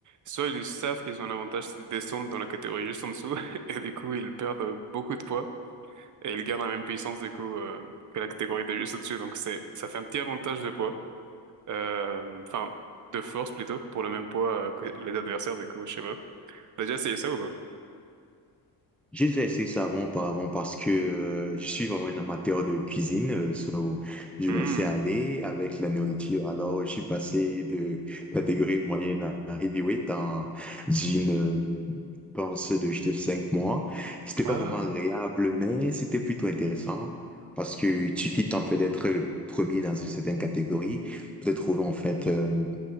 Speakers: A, on the right (about 50°); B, in the centre.
A: soit ils savent qu'ils ont un avantage s'ils descendent dans la catégorie juste en dessous <laughs> et du coup ils perdent euh, beaucoup de poids. Et il garde la même puissance du coup euh, que la catégorie de juste au-dessus. Donc c'est ça fait un petit avantage de poids, Euh, enfin de force plutôt pour le même poids euh, que les adversaires du coup. Je sais pas. T'as déjà essayé ça ou pas?
B: J'ai déjà essayé ça avant, auparavant, parce que euh, je suis vraiment un amateur de cuisine. euh, so, je
A: Hmm.
B: me laissais aller avec la nourriture. Alors, je suis passé de catégorie moyenne à heavyweight en d'une, euh, pense, de juste cinq mois. C'était
A: Ah
B: pas vraiment agréable, mais c'était plutôt intéressant parce que tu quittes en fait d'être le premier dans une certaine catégorie, peut-être trouver en fait, euh,